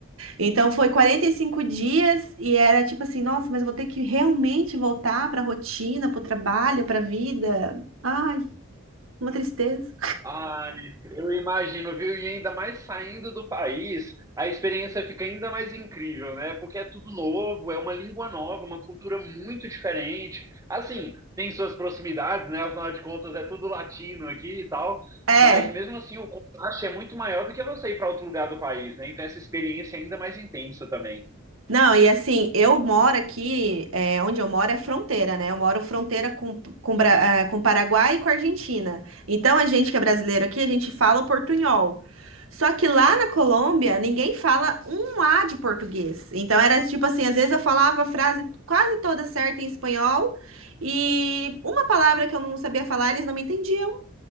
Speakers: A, on the right; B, on the right.
A: Então foi 45 dias e era tipo assim, nossa, mas eu vou ter que realmente voltar pra rotina, pro trabalho, pra vida. Ai, uma tristeza.
B: Ai, eu imagino, viu? E ainda mais saindo do país, a experiência fica ainda mais incrível, né? Porque é tudo novo, é uma língua nova, uma cultura muito diferente. Assim, tem suas proximidades, né? Afinal de contas, é tudo latino aqui e tal,
A: É,
B: mas mesmo assim o contraste é muito maior do que você ir para outro lugar do país, né? Então essa experiência é ainda mais intensa também.
A: Não, e assim, eu moro aqui, é, onde eu moro é fronteira, né? Eu moro fronteira com, com, Bra- eh, com Paraguai e com Argentina. Então, a gente que é brasileiro aqui, a gente fala o portunhol. Só que lá na Colômbia, ninguém fala um A de português. Então, era tipo assim, às vezes eu falava a frase quase toda certa em espanhol e uma palavra que eu não sabia falar, eles não me entendiam.